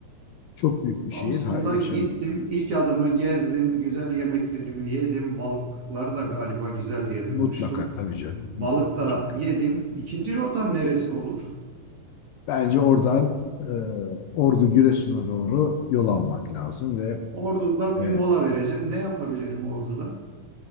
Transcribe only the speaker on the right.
Samsun'da
gittim, ilk adımı gezdim, güzel yemeklerimi yedim, balıkları da galiba güzel diye duymuştum.
Balıkta
yedim. İkinci rotam neresi olur?
Ordu'da
bir mola vereceğim. Ne yapabilirim Ordu'da?